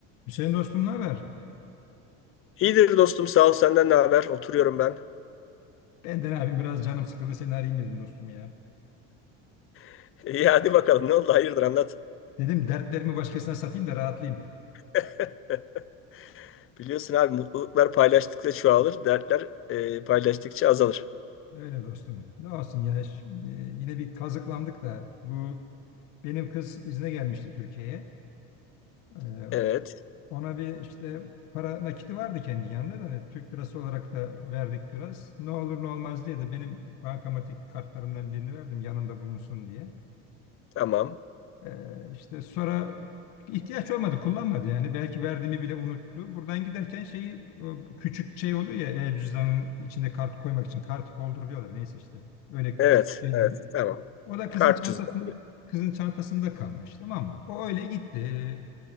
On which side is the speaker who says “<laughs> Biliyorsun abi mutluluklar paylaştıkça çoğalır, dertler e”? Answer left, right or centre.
Left